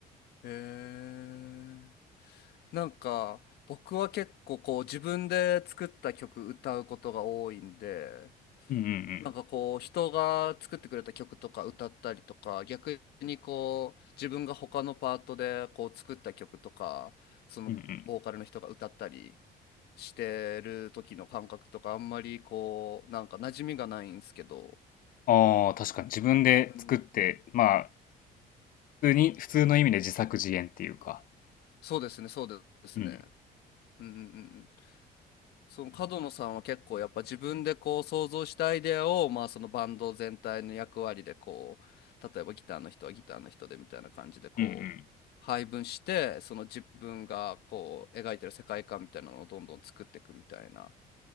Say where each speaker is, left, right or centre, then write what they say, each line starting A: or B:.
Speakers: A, on the left; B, on the left.
A: え。へえ。なんか僕は結構こう自分で作った曲歌うことが多いんで、
B: うんうん
A: なんかこう人が作ってくれた曲とか歌ったりとか逆にこう自分が他のパートでこう作った曲とかそのボーカルの人が歌ったり
B: うんうんうん
A: してる時の感覚とかあんまりこうなんか馴染みがないんですけど、
B: あー確かに自分で作ってまあ
A: うん、
B: 普通に普通の意味で自作自演っていうか
A: そうですねそうですね
B: うん
A: うんうんうんその角野さんは結構やっぱ自分でこう想像したアイデアをまあそのバンド全体の役割でこう例えばギターの人はギターの人でみたいな感じでこう配分してその自分がこう描いてる世界観みたいなのをどんどん作っていくみたいな
B: うんうん